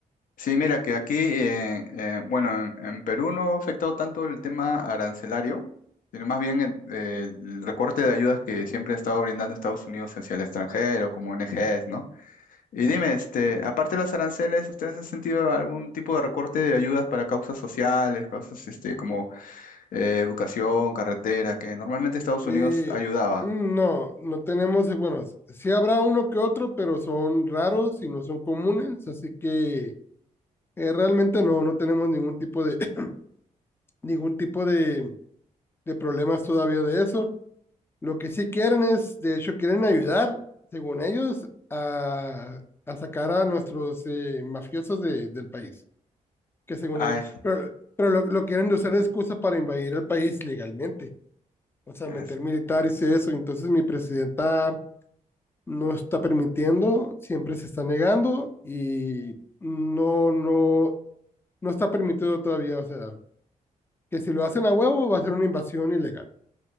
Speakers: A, on the left; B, on the left.
A: Sí, mira que aquí, eh, eh, bueno, en, en Perú no ha afectado tanto el tema arancelario, sino más bien el, el recorte de ayudas que siempre ha estado brindando Estados Unidos hacia el extranjero, como ONGs, ¿no? Y dime, este, aparte de los aranceles, ¿ustedes han sentido algún tipo de recorte de ayudas para causas sociales, causas, este, como eh, educación, carretera, que normalmente Estados
B: Eh,
A: Unidos ayudaba?
B: mm, no, no tenemos, eh, bueno, s- sí habrá uno que otro, pero son raros y no son comunes, así que eh, realmente no, no tenemos ningún tipo de, <coughs> <clears throat> ningún tipo de, de problemas todavía de eso. Lo que sí quieren es, de hecho, quieren ayudar, según ellos, a, a sacar a nuestros eh, mafiosos de- del país, que según
A: Ah,
B: ellos, pero, pero lo, lo quieren usar de excusa para invadir el país legalmente, o sea,
A: es-
B: meter militares y eso. Entonces mi presidenta no está permitiendo, siempre se está negando y no, no, no está permitido todavía. O sea, que si lo hacen a huevo va a ser una invasión ilegal.